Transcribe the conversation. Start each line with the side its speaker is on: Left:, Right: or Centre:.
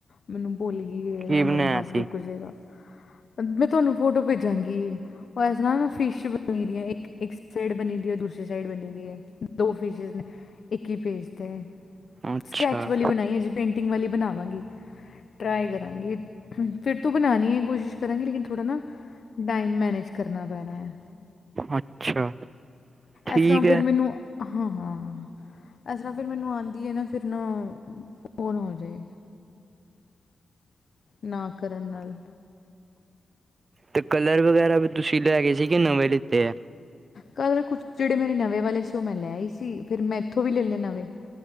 Left: ਮੈਨੂੰ ਭੁੱਲ ਗਈਏ
Right: ਕੀ
Left: ਜਾਂ
Right: ਬਣਾਇਆ
Left: ਮੇਰਾ ਹੱਥ
Right: ਸੀ
Left: ਰੁਕ ਜਾਏਗਾ। ਮੈਂ ਤੁਹਾਨੂੰ ਫੋਟੋ ਭੇਜਾਂਗੀ ਉਹ ਇਸ ਤਰ੍ਹਾਂ ਨਾ ਫਿਸ਼ ਬਣੀ ਇੱਕ -ਇੱਕ ਸਾਈਡ ਬਣੀ ਦੀ ਦੂਸਰੀ ਸਾਈਡ ਬਣੀ ਦੀ ਹੈ ਦੋ ਫਿਸ਼ਜ਼ ਇੱਕ ਹੀ ਪੇਜ ਤੇ
Right: ਅੱਛਾ
Left: ਸਕੈਚ ਵਾਲੀ ਬਣਾਈ ਹੈ, ਜੀ ਪੇਂਟਿੰਗ ਵਾਲੀ ਬਣਾਵਾਂਗੀ। ਟਰਾਈ ਕਰਾਂਗੀ ਫਿਰ ਤੋਂ ਬਣਾਉਾਨ ਹੈ ਕੋਸ਼ਿਸ਼ ਕਰਾਂਗੀ ਲੇਕਿਨ ਥੋੜ੍ਹਾ ਨਾ ਟਾਈਮ ਮੈਨੇਜ ਕਰ ਕਰਨਾ ਪੈਣਾ ਹੈ,
Right: ਅੱਛਾ ਠੀਕ
Left: ਇਸ ਤਰ੍ਹਾਂ
Right: ਹੈ
Left: ਫਿਰ ਮੈਨੂੰ, ਹਾਂ ਹਾਂ ਇਸ ਤਰ੍ਹਾਂ ਫਿਰ ਮੈਨੂੰ ਆਉਂਦੀ ਹੈ ਨਾ, ਫਿਰ ਨਾ ਓ ਨਾਂ ਹੋ ਜਾਏ। ਨਾ, ਕਰਨ ਨਾਲ
Right: ਤੇ ਕਲਰ ਵਗੈਰਾ ਵੀ ਤੁਸੀਂ ਲੈ ਗੇ ਸੀ। ਕਿ ਨਵੇਂ ਲਿੱਤੇ ਐ,
Left: ਕੱਲ ਕੁਛ ਜਿਹੜੇ ਮੇਰੇ ਨਵੇਂ ਵਾਲੇ ਸੀ। ਉਹ ਮੈਂ ਲੈ ਆਈ ਸੀ। ਫਿਰ ਮੈਂ ਇਥੋਂ ਵੀ ਲੈ ਲਏ ਨਵੇਂ।